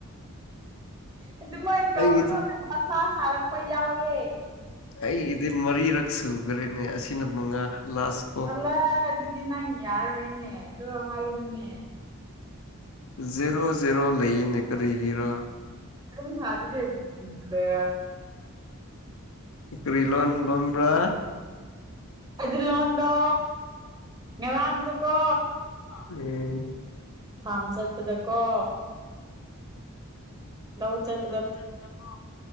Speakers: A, on the right; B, on the left.
A: ꯑꯗꯨꯃꯥꯢ ꯀꯧꯒꯅꯣ
B: ꯑꯩꯒꯤꯗꯤ
A: ꯃꯥ ꯁꯥꯔꯛꯄ ꯌꯥꯎꯌꯦ
B: ꯑꯩꯒꯤꯗꯤ ꯃꯔꯤꯔꯛ ꯁꯨꯈ꯭ꯔꯦꯅꯦ ꯑꯁꯤꯅ ꯃꯉꯥ ꯂꯥꯁ ꯀꯣ
A: ꯑꯜꯂ ꯑꯗꯨꯗꯤ ꯅꯪ ꯌꯥꯔꯔꯣꯏꯅꯦ ꯑꯗꯣ ꯍꯥꯏꯒꯅꯨꯅꯦ
B: ꯖꯦꯔꯣ ꯖꯦꯔꯣ ꯂꯩꯅꯦ ꯀꯔꯤꯒꯔꯥ
A: ꯔꯨꯝ ꯁꯥꯖꯔꯤꯂ
B: ꯀꯔꯤꯂꯣꯟ ꯂꯣꯟꯕ꯭ꯔꯥ
A: ꯑꯗꯨ ꯂꯣꯟꯗꯣ ꯉꯔꯥꯡꯗꯨꯀꯣ
B: ꯎꯝ
A: ꯐꯥꯔꯝ ꯆꯠꯄꯗꯀꯣ ꯂꯧ ꯆꯠ
B: ꯂꯧ ꯆꯗꯀꯣ